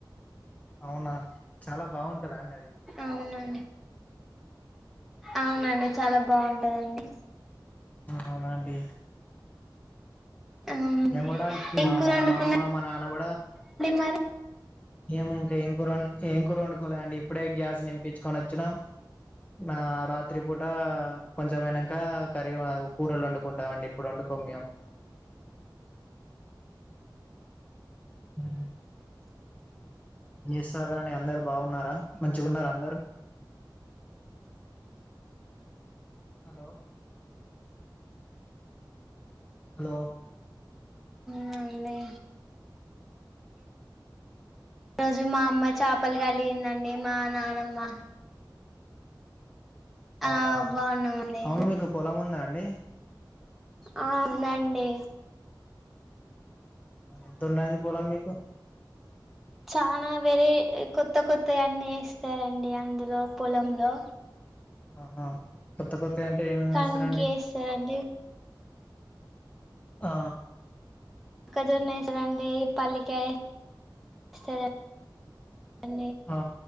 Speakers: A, on the left (about 20°); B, in the centre.
A: అవునా చాలా బాగుంట టద అది
B: అవునండి అవునండి
A: ఆ
B: చాలా బాగుంటదండి
A: అవునా అండి
B: అవునండి
A: మేము కూడా
B: ఏం
A: మా
B: కూర
A: మామ
B: వండుకున్నారండి
A: మా అమ్మ మా నాన్న కూడా
B: మరి
A: మేము ఇంకా ఏం కూర ఏం కూర వండుకోలేండి ఇప్పుడే గ్యాస్ నింపించుకొని వచ్చినామ్ నా రాత్రి పూట కొంచమైనంక కర్రీ కూరలు వండుకుంటామండి ఇప్పుడు వండుకోమ్ మేము ఆ ఏంచేస్తారాండి అందరు బాగున్నారా మంచిగున్నారా అందరూ హలో హలో
B: అవునండి ఈ రోజు మా అమ్మ చాపలు కలిగిందండి మా నానమ్మ ఆ
A: అవునా
B: బాగున్నామండి
A: అవును మీకు పొలం ఉందా అండి
B: ఆ వుందండి
A: ఎంత ఉండది పొలం మీకు
B: చానా వేరే కొత్త కొత్త అన్నీ వేస్తారండి అందులో పొలంలో
A: ఆహ కొత్త కొత్త అంటే ఏమేమి
B: కంకి
A: వేస్తారండి
B: వేస్తారు
A: ఆ
B: మొక్కజొన్న వేస్తారండి పల్లికాయ వేస్త అ
A: ఆ